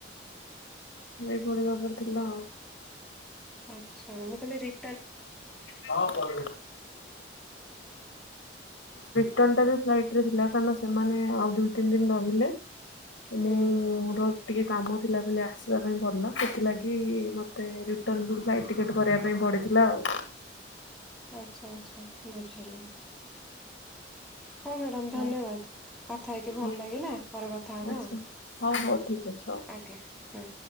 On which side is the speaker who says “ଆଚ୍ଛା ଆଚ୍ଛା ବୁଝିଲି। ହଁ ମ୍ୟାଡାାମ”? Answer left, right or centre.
Centre